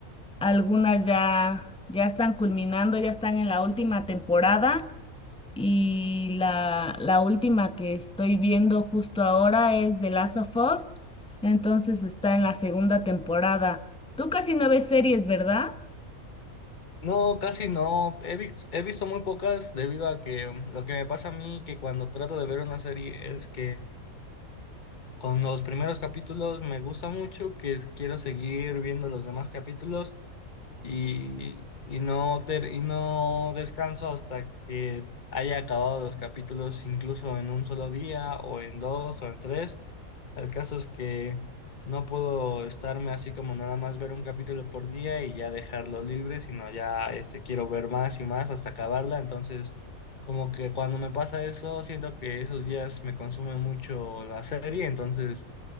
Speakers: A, in the centre; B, on the left.
A: algunas ya, ya están culminando, ya están en la última temporada. Y la, la última que estoy viendo justo ahora es The Last of Us, entonces está en la segunda temporada. Tú casi no ves series, ¿verdad?
B: No, casi no. He, vis- he visto muy pocas debido a que um, lo que me pasa a mí que cuando trato de ver una serie es que con los primeros capítulos me gusta mucho que es- quiero seguir viendo los demás capítulos y, y no, ter- y no descanso hasta que haya acabado los capítulos, incluso en un solo día, o en dos, o en tres. El caso es que no puedo estarme así como nada más ver un capítulo por día y ya dejarlo libre, sino ya este, quiero ver más y más hasta acabarla. Entonces, como que cuando me pasa eso, siento que esos días me consume mucho la serie, entonces